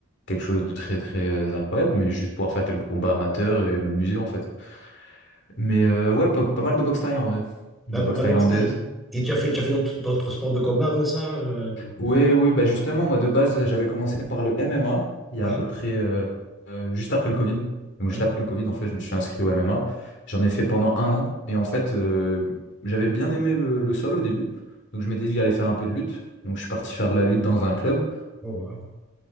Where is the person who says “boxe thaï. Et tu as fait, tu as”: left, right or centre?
Centre